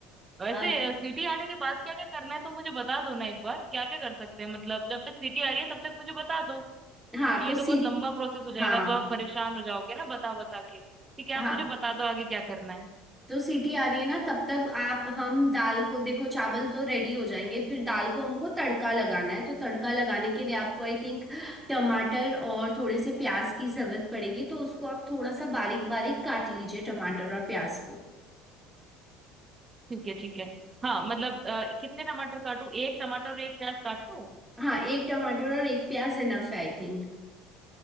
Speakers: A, on the right (about 20°); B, in the centre.
A: वैसे
B: अ,
A: सिटी आने के बाद क्या क्या करना है तो मुझे बता दो ना एक बार क्या क्या कर सकते हैं मतलब जब तक सिटी आ रही है तब तक मुझे बता दो क्योंकि
B: हाँ तो
A: ये
B: सीट
A: तो बहुत लंबा प्रोसेस हो जाएगा
B: हाँ
A: तो आप परेशान हो जाओगे ना बता बता के ठीक है
B: हाँ
A: आप मुझे बता दो आगे क्या करना है
B: तो सीटी आ रही है ना तब तक आप हम दाल को देखो चावल तो रेडी हो जाएंगे फिर दाल को हमको तड़का लगाना है तो तड़का लगाने के लिए आपको आई थिंक टमाटर और थोड़े से प्याज की जरूरत पड़ेगी तो उसको आप थोड़ा सा बारीक बारीक काट लीजिए टमाटर और प्याज को
A: ठीक है ठीक है हाँ मतलब अ, कितने टमाटर काटूं एक टमाटर और एक प्याज काट लूं
B: हाँ एक टमाटर और एक प्याज इनफ है आई थिंक